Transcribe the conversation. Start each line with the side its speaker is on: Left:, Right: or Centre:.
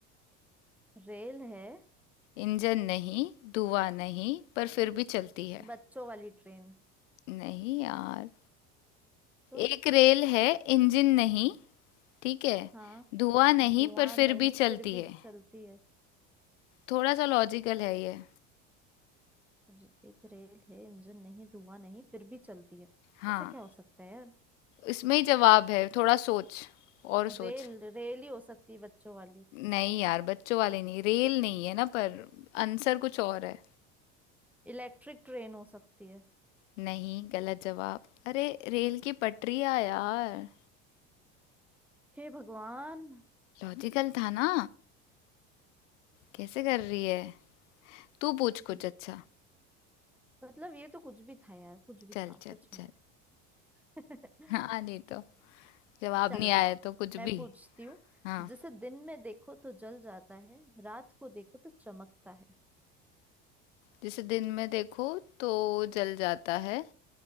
Centre: रेल है
Left: इंजन नहीं धुआं नहीं पर फिर भी चलती है
Centre: बच्चों वाली ट्रेन
Left: नहीं यार
Centre: तो
Left: एक रेल है इंजन नहीं ठीक है
Centre: हाँ
Left: धुआं नहीं
Centre: धुआं
Left: पर फिर
Centre: नहीं
Left: भी चलती
Centre: फिर भी
Left: है
Centre: चलती है
Left: थोड़ा सा लॉजिकल है ये
Centre: र- एक रेल है इंजन नहीं धुआं नहीं फिर भी चलती है
Left: हाँ
Centre: ऐसा क्या हो सकता है यार
Left: इसमें ही जवाब है थोड़ा सोच और सोच
Centre: रेल रेल ही हो सकती है बच्चों वाली
Left: नहीं यार बच्चों वाले नहीं रेल नहीं है ना पर आंसर कुछ और है
Centre: इलेक्ट्रिक ट्रेन हो सकती है
Left: नहीं गलत जवाब अरे रेल की पटरियाँ यार
Centre: हे भगवान
Left: लॉजिकल था ना कैसे कर रही है तू
Centre: कुछ
Left: पूछ कुछ
Centre: भी
Left: अच्छा
Centre: मतलब ये तो कुछ भी था यार कुछ भी
Left: चल
Centre: था
Left: चल
Centre: सच में
Left: चल
Centre: <laughs>
Left: हाँ नहीं तो जवाब
Centre: चलो
Left: नहीं आया
Centre: ठीक है
Left: तो कुछ
Centre: मैं
Left: भी
Centre: पूछती हूँ
Left: हाँ
Centre: जिसे दिन में देखो तो जल जाता है रात को देखो तो चमकता है
Left: जिसे दिन में देखो तो जल जाता है